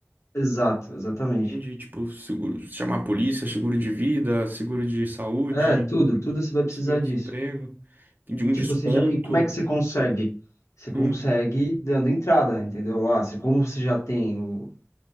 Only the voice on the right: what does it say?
Entendi, tipo, seguro, chamar a polícia, seguro de vida, seguro de saúde,
seguro-desemprego,
de um
desconto.
Hum.